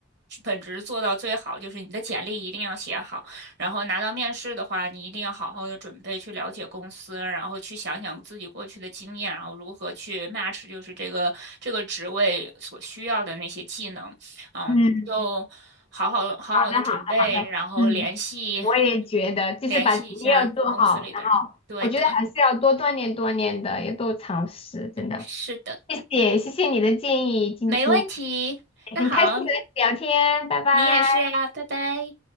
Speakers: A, on the right; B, on the left.
A: 本职做到最好，就是你的简历一定要写好，然后拿到面试的话，你一定要好好的准备，去了解公司，然后去想想自己过去的经验，然后如何去 match 就是这个这个职位所需要的那些技能。嗯，
B: 嗯，
A: 就好好好好的准备，
B: 好的，好的，好的，
A: 然后联系
B: 嗯。我也觉得，就是把前面要做好，
A: 联系一下公司里的人。
B: 然后我觉得还是要多锻炼锻炼的，
A: 对的。
B: 要多尝试，真的。
A: 是的，
B: 谢谢，谢谢你的建议，今天
A: 没问题。那好，
B: 很开心和你聊天，拜拜。
A: 你也是啊，拜拜。